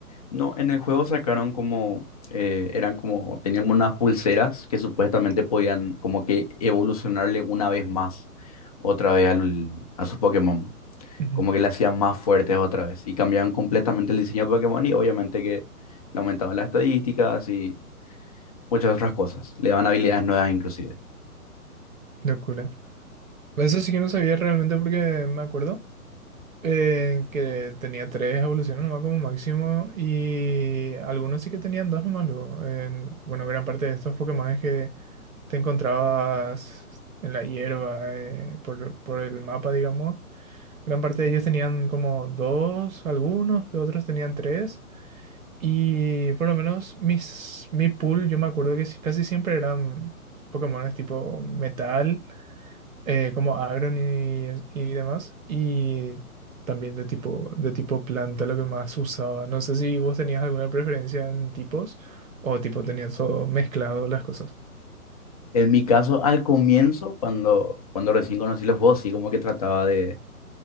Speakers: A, on the left; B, on the right.
A: No, en el juego sacaron como, eh, eran como, tenían como unas pulseras que supuestamente podían como que evolucionarle una vez más, otra vez al, a su Pokémon.
B: Ujú,
A: como que le hacían más fuertes otra vez y cambiaban completamente el diseño de Pokémon y obviamente que le aumentaban las estadísticas y muchas otras cosas, le daban habilidades nuevas inclusive.
B: Locura. Eso sí que no sabía realmente porque me acuerdo. eh, que tenía tres evoluciones nomás como máximo y algunos sí que tenían dos nomás luego. En- bueno, gran parte de estos Pokémones que te encontrabas en la hierba, eh, por, por el mapa, digamos, gran parte de ellos tenían como dos, algunos, que otros tenían tres. Y por lo menos mis, mi pool, yo me acuerdo que sí- casi siempre eran Pokémones tipo metal eh, como Agron y, y demás, y también de tipo, de tipo planta, lo que más usaba. No sé si vos tenías alguna preferencia en tipos o tipo tenías todo mezclado las cosas.
A: En mi caso, al comienzo, cuando, cuando recién conocí los juegos, sí como que trataba de,